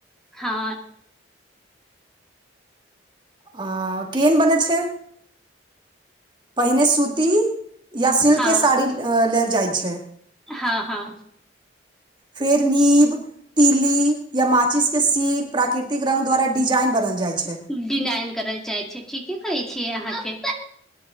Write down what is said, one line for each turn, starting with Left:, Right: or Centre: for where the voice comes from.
Centre: हँ
Right: आ केहन बनै छै पहिने सूती या सिल्क
Centre: हँ
Right: के साड़ी लेल जाइ छै
Centre: हँ हँ
Right: फेर नीब तीली या माचिस के सीख प्राकृतिक रंग द्वारा डिजाइन बनल जाइ छै
Centre: डिजाइन करल जाइ छै ठीके कहै छीयै अहाँके